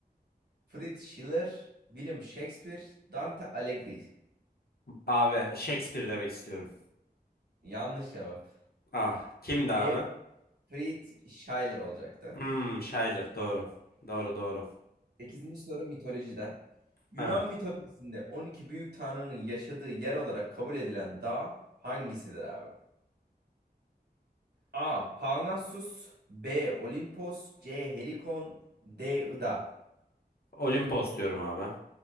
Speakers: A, on the right (about 75°); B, on the left (about 65°).
A: Fritz Schiller, William Shakespeare, Dante Alighieri.
B: Abi Shakespeare demek istiyorum.
A: Yanlış cevap.
B: Ah kimdi abi?
A: B. Fritz Schiller olacaktı.
B: Hmm Schiller doğru. Doğru doğru.
A: Sekizinci soru mitolojiden. Yunan
B: Evet.
A: mitolojisinde 12 büyük tanrının yaşadığı yer olarak kabul edilen dağ hangisidir abi? A. Parnassus B. Olimpos C. Helikon D. Ida
B: Olimpos diyorum abi.